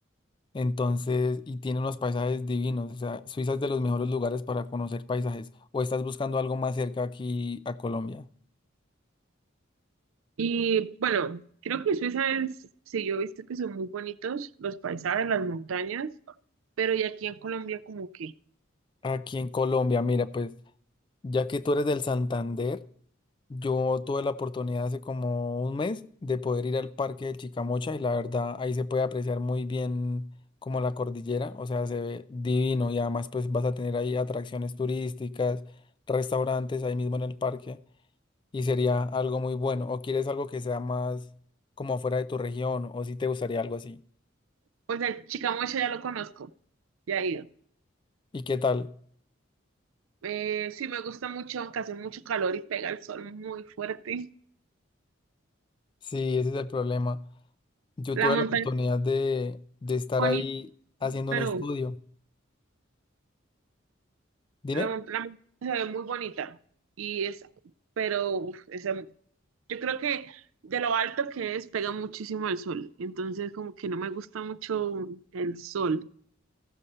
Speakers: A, on the left; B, on the right.
A: Entonces, y tiene unos paisajes divinos, o sea, Suiza es de los mejores lugares para conocer paisajes. ¿O estás buscando algo más cerca aquí a Colombia?
B: Y bueno, creo que Suiza es, sí, yo he visto que son muy bonitos los paisajes, las montañas, pero y aquí en Colombia como que,
A: Aquí en Colombia, mira, pues ya que tú eres del Santander, yo tuve la oportunidad hace como un mes de poder ir al Parque de Chicamocha y la verdad ahí se puede apreciar muy bien como la cordillera, o sea, se ve divino y además pues vas a tener ahí atracciones turísticas, restaurantes ahí mismo en el parque. y sería algo muy bueno. ¿O quieres algo que sea más como afuera de tu región? ¿O si te gustaría algo así?
B: pues el Chicamocha ya lo conozco, ya he ido.
A: ¿Y qué tal?
B: Eh, sí, me gusta mucho, aunque hace mucho calor y pega el sol muy fuerte.
A: Sí, ese es el problema. Yo
B: La
A: tuve
B: montaña
A: la oportunidad
B: es
A: de, de estar
B: bonita,
A: ahí haciendo
B: pero
A: un estudio. Dime,
B: la, mon- la montaña se ve muy bonita. Y es, pero uf, esa- yo creo que de lo alto que es, pega muchísimo el sol. Entonces, como que no me gusta mucho el sol.